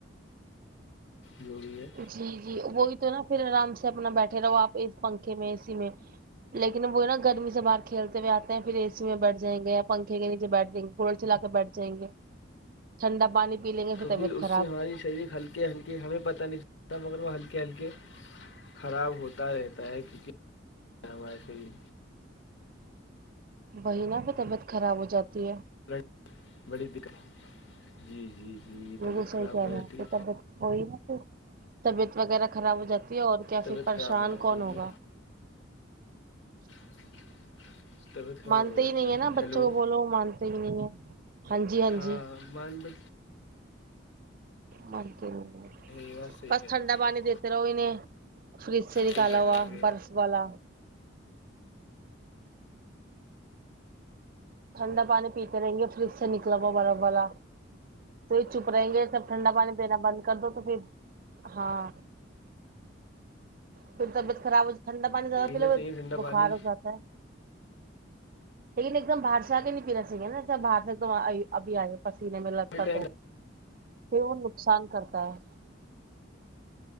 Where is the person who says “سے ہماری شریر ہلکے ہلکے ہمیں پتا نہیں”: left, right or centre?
Left